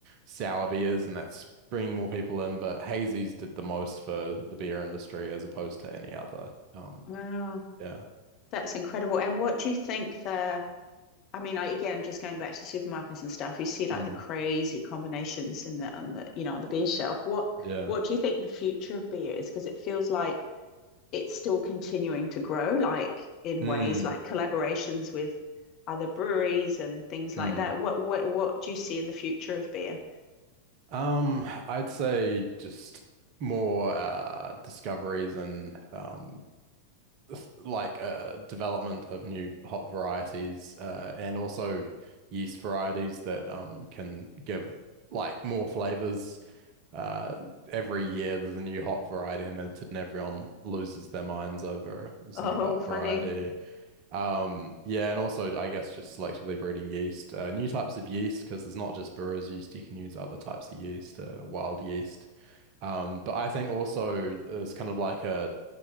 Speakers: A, on the right (about 40°); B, on the left (about 35°).
A: sour beers, and that's bringing more people in. But hazies did the most for the beer industry as opposed to any other. Um,
B: Wow.
A: yeah.
B: That's incredible. And what do you think the I mean, I again just going back to supermarkets and stuff, you see like
A: Mm.
B: the crazy combinations in the on the you know, on the beer shelf. What
A: Yeah.
B: what do you think the future of beer is? Because it feels like it's still continuing to grow, like in
A: Mm.
B: ways like collaborations with other breweries and things
A: Mm.
B: like that. What what what do you see in the future of beer?
A: Um, I'd say just more uh discoveries and um th- like uh development of new hop varieties uh and also yeast varieties that um can give like more flavors. Uh every year there's a new hop variety invented and everyone loses their minds over this
B: Oh,
A: new hop
B: funny.
A: variety. Um, yeah, and also I guess just selectively breeding yeast, uh, new types of yeast, because there's not just brewer's yeast, you can use other types of yeast, uh, wild yeast. Um, but I think also uh, it's kind of like a